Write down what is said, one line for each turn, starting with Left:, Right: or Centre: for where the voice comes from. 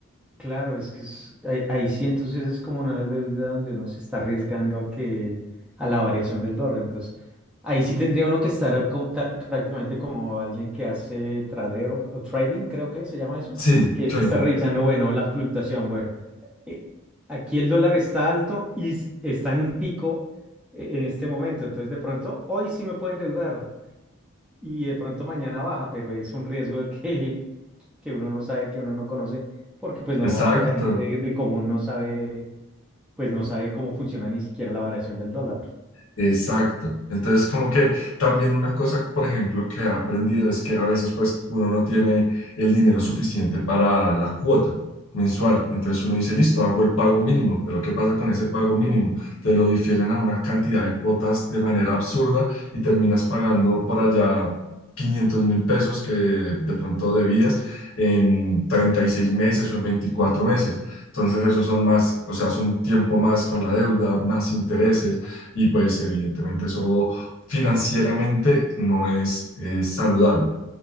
Centre: Claro, es que es- ahí, ahí sí entonces es como una deuda donde uno se está arriesgando a que a la variación del dólar. Entonces, ahí sí tendría uno que estar como- ta- prácticamente como alguien que hace tradeo o trading, creo que se llama eso,
Left: Sí,
Centre: que
Left: trading.
Centre: está revisando, bueno, la fluctuación, bueno, eh, aquí el dólar está alto y s- está en un pico eh, en este momento, entonces de pronto hoy sí me pueden endeudar y de pronto mañana baja, pero es un riesgo <laughs> que, que uno no sabe, que uno no conoce, porque pues
Left: Exacto.
Centre: normalmente la gente de común no sabe, pues no sabe cómo funciona ni siquiera la variación del dólar.
Left: Exacto. Entonces, como que también una cosa, por ejemplo, que he aprendido es que a veces pues uno no tiene el dinero suficiente para la cuota mensual. Entonces uno dice, listo, hago el pago mínimo, pero ¿qué pasa con ese pago mínimo? Te lo difieren a una cantidad de cuotas de manera absurda y terminas pagando por allá 500 mil pesos que de pronto debías en 36 meses o en 24 meses. Entonces, esos son más, o sea, es un tiempo más con la deuda, más intereses y pues evidentemente eso financieramente no es, es saludable.